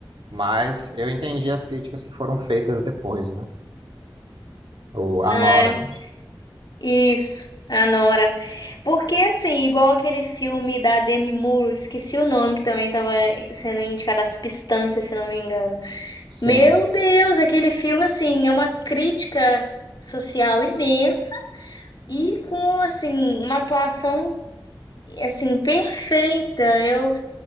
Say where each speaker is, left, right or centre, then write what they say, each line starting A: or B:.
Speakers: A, on the right; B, on the left.
A: mas eu entendi as críticas que foram feitas depois, né? O
B: Não
A: a Nora.
B: é?
A: né?
B: Isso, a Nora. Porque, assim, igual aquele filme da Demi Moore, esqueci o nome, que também estava sendo indicado a Substância, se não me engano.
A: Sim.
B: Meu Deus, aquele filme, assim, é uma crítica social imensa e com, assim, uma atuação, assim, perfeita. Eu